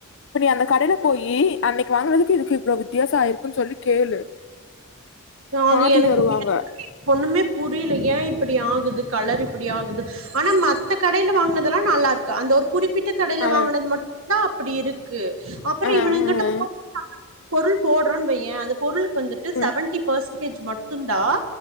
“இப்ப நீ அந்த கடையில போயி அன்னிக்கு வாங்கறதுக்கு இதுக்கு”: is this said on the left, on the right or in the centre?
Left